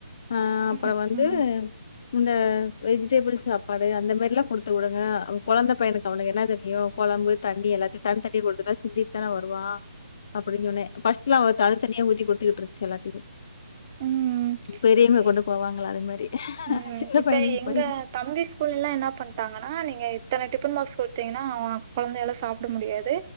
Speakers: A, on the left; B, on the right.
A: அ அப்ற
B: ம்.
A: வந்து
B: ம்.
A: இந்த வெஜிடெபிள் சாப்பாடு அந்த மாரி ல்லா கொடுத்து விடுங்க அந்த பையனுக்கு அவனுக்கு என்ன தெரியு கொழம்பு தண்ணி எல்லாத்தையு தனி தனியா கொடுத்து விட்டா சிந்திட் தான வருவா அப்டி சொன்னே பஸ்ட்ல அவ தனி தனியா ஊத்தி குடுத்துட்டு இருந்துசு எல்லாத்தையுமே
B: ம்.
A: பெரியவங்க
B: இ
A: கொண்டு போவாங்கள அது மாரி
B: ம்
A: சின்ன
B: இப்ப
A: பையனுக்கு
B: எங்க
A: போய்
B: தம்பி ஸ்கூல்லல்லா என்ன பண்டாங்கன்னா நீங்க இத்தன டிஃபன் பாக்ஸ் குடுத்தீங்கனா கொழந்தையால சாப்ட முடியாது